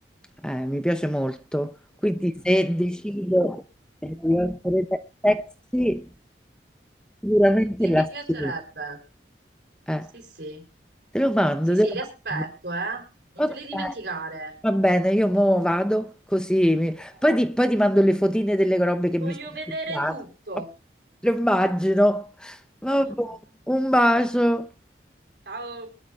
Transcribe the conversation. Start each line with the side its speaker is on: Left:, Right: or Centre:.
Centre: eh, mi piace molto.
Right: Mm,
Centre: Quindi
Right: mm.
Centre: se decido di essere sexy, sicuramente
Right: Sì,
Centre: la
Right: mi piacerebbe.
Centre: schiena. Eh.
Right: Sì, sì.
Centre: Te lo mando,
Right: Sì, sì,
Centre: te lo
Right: li aspetto,
Centre: mando.
Right: eh. Non
Centre: Ok,
Right: te li dimenticare.
Centre: va bene, io mo vado così. mi-
Right: Ok.
Centre: Poi ti, poi ti mando le fotine delle robe che
Right: Voglio
Centre: mi sono
Right: vedere
Centre: studiate.
Right: tutto.
Centre: <laughs> Lo immagino. Vabbè,
Right: <laughs>
Centre: un bacio.
Right: Ciao.